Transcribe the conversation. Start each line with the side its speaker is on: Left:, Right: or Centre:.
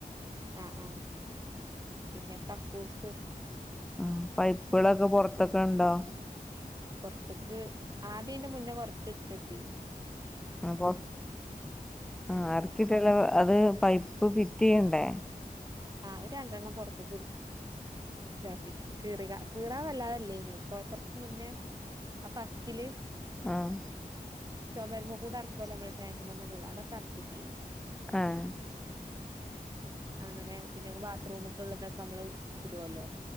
Right: ആ ആ പിന്നെ ക ക്കൂസ്
Centre: ആ പൈപ്പുകളൊക്ക പൊർ ത്തൊക്കൊണ്ടോ
Right: പൊറത്ത്ക്ക് ആദ്യേന്റെ മുന്നേ കൊറച്ച് എടുത്തിട്ടിനി
Centre: അപ്പൊ ആ അറക്കിട്ടല്ല അത് പൈപ്പ് ഫി റ്റീയണ്ടേ
Right: ആ ആത് രണ്ടെണ്ണം പൊറത്ത്ക്ക് ഇതാക്കിട്ടുണ്ട് കീറിക കീറാൻ വല്ലാതല്ലേനി കൊ കൊറച്ച് മുന്നേ ആ ഫസ്റ്റില്
Centre: ആഹ
Right: <unintelligible>
Centre: ആഹ
Right: അങ്ങനെ പിന്നെ ബാത്റൂമ് ഉള്ളതക്ക നമ്മള് ഇടുവല്ലോ